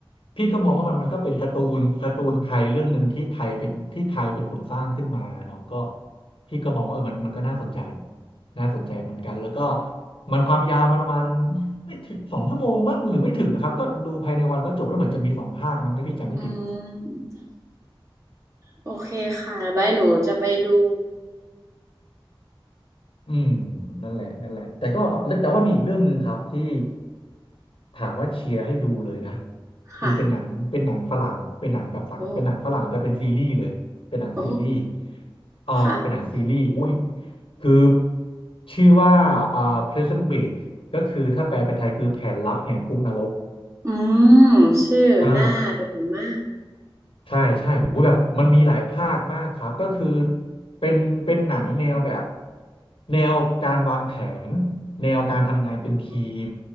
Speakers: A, on the left; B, on the right.
A: พี่ก็มองว่ามันมันก็เป็นการ์ตูนการ์ตูนไทยเรื่องหนึ่งที่ไทยเป็นที่ไทยเป็นคนสร้างขึ้นมาเนาะก็พี่ก็มองว่าเออมันมันก็น่าสนใจน่าสนใจเหมือนกันแล้วก็มันความยาวมันประมาณไม่ถึงสองชั่วโมงมั้งหรือไม่ถึงนะครับก็ดูภายในวันก็จบแล้วเหมือนจะมีสองภาคมั้งถ้าพี่จำไม่ผิด
B: อืมโอเคค่ะบายหนูจะไปดู
A: อืมนั่นแหละนั่นแหละแต่ก็แต่ว่ามีอีกเรื่องหนึ่งครับที่ถามว่าเชียร์ให้ดูเลยนะคือเป็นหนังเป็นหนังฝรั่งเป็นหนังแบบฝรั่งเป็นหนังฝรั่งแต่เป็นซีรีส์เลยเป็นหนังซีรีส์
B: ค่ะโอ้โอ้
A: อ่าเป็นหนังซีรีส์อุ้ย
B: ค่ะ
A: คือชื่อว่าอ่า Prison Break ก็คือถ้าแปลเป็นไทยคือแผนลับแหกคุกนรก
B: อืมชื่อน่าดูมาก
A: อ่า ใช่ใช่โอ้โหแบบมันมีหลายภาคมากครับก็คือเป็นเป็นหนังแนวแบบแนวการวางแผนแนวการทำงานเป็นทีม
B: อ๋อ